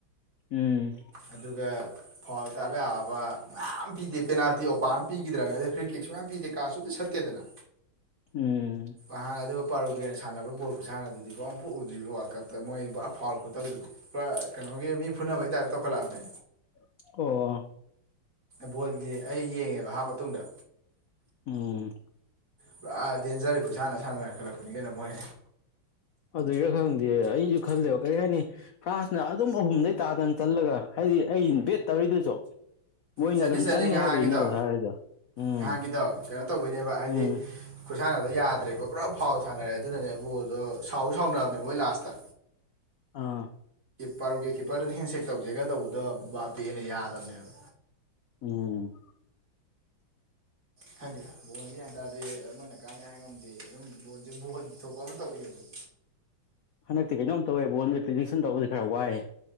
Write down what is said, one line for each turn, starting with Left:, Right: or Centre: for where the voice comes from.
Left: ꯎꯝ
Right: ꯑꯗꯨꯒ ꯐꯥꯎꯜ ꯇꯥꯕ ꯌꯥꯕ ꯃꯌꯥꯝ ꯄꯤꯗꯦ ꯄꯦꯅꯥꯜꯇꯤ ꯑꯣꯄꯥ ꯑꯃ ꯄꯤꯈꯤꯗ꯭ꯔꯕꯅꯤ ꯑꯩ ꯐ꯭ꯔꯤ ꯀꯦꯛꯛꯁꯨ ꯃꯌꯥꯝ ꯄꯤꯗꯦ ꯀꯥꯔꯁꯨ ꯑꯝ ꯁꯠꯇꯦꯗꯅ
Left: ꯎꯝ
Right: ꯥꯟ ꯑꯗꯨ ꯄꯥꯔꯨ ꯒꯦꯦꯟꯅꯥꯟꯅꯕ ꯕꯣꯜ ꯈꯨꯠꯁꯥꯟꯅꯗꯨꯗꯤꯥꯎꯨꯐꯣꯛ ꯎꯗ꯭ꯔꯤꯕ ꯋꯥꯔꯜ ꯀꯞꯇ ꯃꯣꯏ ꯑ ꯐꯥꯎꯔ ꯈꯨꯣꯠꯇꯧꯗꯗꯤ ꯄꯨꯔꯥ ꯀꯩꯅꯣꯒꯤ ꯃꯤ ꯐꯨꯅꯕꯩ ꯇꯥꯏꯞꯇ ꯇꯧꯈꯠꯂꯛꯑꯝꯅꯦ꯫
Left: ꯑꯣ꯫
Right: ꯕꯣꯜꯗꯤ ꯑꯩ ꯌꯦꯡꯉꯦꯕ ꯍꯥꯞ ꯃꯇꯨꯡꯗ꯫
Left: ꯎꯝ꯫
Right: ꯄꯨꯔꯥ ꯗꯦꯟꯖꯔꯦ ꯑꯩꯈꯣꯏꯁꯥꯅ ꯁꯥꯟꯅ ꯉꯈꯠꯂꯛꯄꯅꯤ ꯀꯩꯅꯣ ꯃꯣꯏ꯫
Left: ꯑꯗꯨꯔ ꯈꯪꯗꯦ ꯑꯩꯁꯨ ꯈꯜꯗꯦꯕ ꯀꯔꯤ ꯍꯥꯏꯅꯤ꯫ ꯐ꯭ꯔꯥꯟꯁꯅ ꯑꯗꯨꯝ ꯑꯍꯨꯝꯗꯩ ꯇꯥꯗꯅ ꯆꯜꯂꯒ ꯍꯥꯏꯗꯤ ꯑꯩ ꯕꯦꯠ ꯇꯧꯔꯤꯗꯨꯁꯨ꯫ ꯃꯣꯏꯅ
Right: ꯆꯅꯤ
Left: ꯑꯗꯨꯝ
Right: ꯆꯠꯅꯤ
Left: ꯆꯟꯅꯤ
Right: ꯉꯍꯥꯟꯒꯤꯗꯣ
Left: ꯍꯥꯏꯕꯒꯤꯅꯦꯕ ꯊꯥꯔꯤꯗꯣ ꯎꯝ
Right: ꯉꯍꯥꯟꯒꯤꯗꯣ ꯀꯩꯅꯣ ꯇꯧꯕꯩꯅꯦꯕ ꯍꯥꯏꯗꯤ꯫
Left: ꯎꯝ
Right: ꯈꯨꯠꯁꯥꯟꯅꯗ ꯌꯥꯗ꯭ꯔꯦꯕ ꯄꯨꯔꯥ ꯐꯥꯎ ꯁꯥꯟꯅꯔꯦ ꯑꯗꯨꯅꯅꯦ ꯕꯣꯜꯗꯣ ꯁꯥꯎ ꯁꯥꯎꯅꯕꯅꯦ ꯃꯣꯏ ꯂꯥꯁꯇ꯫
Left: ꯑꯥ꯫
Right: ꯄꯔꯨꯒꯦꯠ ꯀꯤꯞꯄꯔꯗꯨꯅ ꯍꯦꯟꯁꯦꯛ ꯇꯧꯖꯦꯒ ꯇꯧꯕꯗꯣ ꯕꯥꯄꯦꯅ ꯌꯥꯗꯝꯅꯦꯕ꯫
Left: ꯎꯝ꯫
Right: ꯈꯪꯗꯦ ꯕꯣꯟꯁꯦꯒ꯭ꯌꯥꯟ ꯇꯥꯗꯦ ꯑꯃꯅ ꯀꯥꯟꯅꯤ ꯍꯥꯏ ꯉꯝꯗꯦ ꯑꯗꯨꯝ ꯕꯣꯟꯁꯦ ꯕꯣꯟ ꯊꯣꯛꯄ ꯑꯃ ꯇꯧꯔꯤ ꯑꯗꯨꯅꯤ꯫
Left: ꯍꯟꯗꯛꯇꯤ ꯀꯩꯅꯣꯝ ꯇꯧꯋꯦ ꯕꯣꯟꯁꯦ ꯄ꯭ꯔꯤꯗꯤꯛꯁꯟ ꯇꯧꯕꯁꯤ ꯈꯔ ꯋꯥꯏꯑꯦ꯫